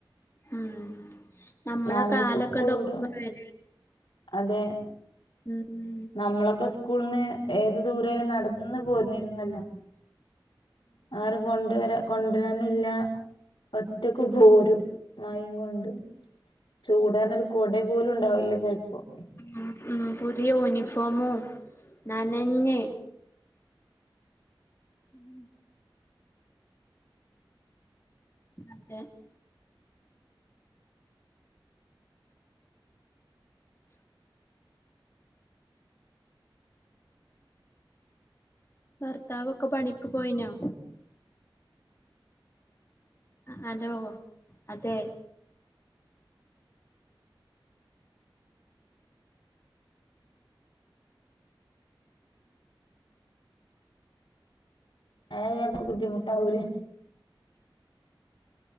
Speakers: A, on the left; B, on the left.
A: ഉം നമ്മളെ
B: നാലരക്ക്
A: കാലക്കെണ്ടോർമ
B: സ്കൂൾ വിടും
A: വരലേ
B: അതെ
A: ഉം.
B: നമ്മളൊക്കെ സ്കൂൾന്ന് ഏത് ദൂരായാലും നട്ന്ന് പോന്നിര്ന്നല്ലോ. ആരും കൊണ്ടുവരാ കൊണ്ട്രാനുല്ല. ഒറ്റക്ക് പോരും. മഴിം കൊണ്ട്. ചൂടാനൊരു കൊട പോലും ണ്ടാവില്ല ചെൽപ്പം
A: ഉം ഉം പുതിയ യൂനിഫോമും നനഞ്ഞ് ഉം. അതെ. ഭർത്താവൊക്കെ പണിക്ക് പോയിനോ ഹലോ അതേ
B: <unintelligible> ബുദ്ധിമുട്ടാവൂലെ